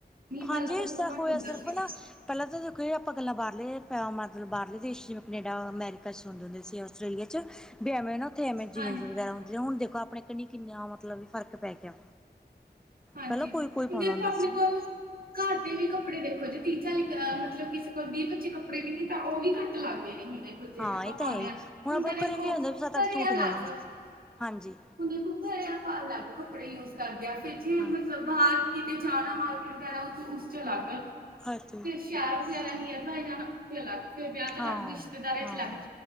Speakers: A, on the right; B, in the centre.
A: ਨਹੀਂ
B: ਹਾਂਜੀ,
A: ਪਹਿਲਾਂ
B: <unintelligible>
A: ਤਾਂ ਬਹੁਤ
B: ਸਾ
A: ਘੱਟ
B: ਹੋਇਆ
A: ਹੁੰਦਾ
B: ਸਰਫਨਾ
A: ਸੀ
B: ਪਹਿਲਾਂ ਤਾਂ ਦੇਖੋ ਆਪਾਂ ਗੱਲਾਂ ਬਾਰ ਲਏ ਮਤਲਬ ਬਾਹਰਲੇ ਦੇਸ਼ ਜਿਵੇਂ ਕਨੇਡਾ ਅਮੈਰੀਕਾ 'ਚ ਹੁੰਦੇ ਸੀ ਆਸਟ੍ਰੇਲੀਆ 'ਚ ਵੀ ਐਵੇਂ ਨਾ ਉੱਥੇ ਐਵੇਂ ਜੀਨ
A: ਹਾਂਜੀ
B: ਵਗੈਰਾ ਹੁੰਦੀ, ਹੁਣ ਦੇਖੋ ਆਪਣੇ ਕਿੰਨੀ ਕਿੰਨਾ ਮਤਲਬ ਫ਼ਰਕ ਪੈ ਗਿਆ,
A: ਹਾਂਜੀ
B: ਪਹਿਲਾਂ ਕੋਈ -ਕੋਈ ਪਾਉਂਦਾ
A: ਹੁਣ ਦੇਖੋ
B: ਹੁੰਦਾ
A: ਆਪਣੇ
B: ਸੀ।
A: ਕੋਲ ਘਰ ਦੇ ਵੀ ਕੱਪੜੇ ਦੇਖੋ ਜੇ ਤੀਹ ਚਾਲੀ ਮਤਲਬ ਕਿਸੇ ਕੋਲ ਵੀਹ ਪੱਚੀ ਕੱਪੜੇ ਵੀ ਨੇ, ਤਾਂ ਉਹ ਵੀ ਘੱਟ ਲੱਗਦੇ ਨੇ। ਜਿਹੜੇ
B: ਹਾਂ
A: ਆਪਾਂ
B: ਇਹ ਤਾਂ
A: ਪਾਉਂਦੇ
B: ਹੈ ਹੀ
A: ਹਾਂ, ਹੁਣ
B: ਆਪਾਂ
A: ਤਾਂ
B: ਨੂੰ
A: ਦੇਖੋ
B: ਘਰੇ ਵੀ ਹੁੰਦਾ ਵੀ ਸੱਤ ਅੱਠ
A: ਘਰੇ
B: ਸੂਟ
A: ਆ ਅਲੱਗ।
B: ਹੋਣ ਹਾਂਜੀ
A: ਹੁਣ ਦੇਖੋ ਘਰੇ ਆਪਾਂ ਅਲੱਗ ਕੱਪੜੇ ਯੂਜ ਕਰਦੇ ਹ ਫੇਰ
B: ਹਾਂ।
A: ਬਾਹਰ ਕਿਤੇ ਜਾਣਾ ਮਾਰਕੀਟ ਵਗੈਰਾ ਉਹ ਉਸ ਚ ਅਲੱਗ।
B: ਹਾਂਜੀ।
A: ਤਿਆਰ ਹੋ ਜਾ ਅਨਨੀਆ ਕੋਲ ਜਾਣਾ। <unintelligible> ਥੇ ਅਲੱਗ, ਫੇਰ ਵਿਆਹ ਚ
B: ਹਾਂ,
A: ਅਲਗ, ਰਿਸ਼ਤੇਦਾਰਾਂ
B: ਹਾਂ
A: ਚ ਅਲੱਗ,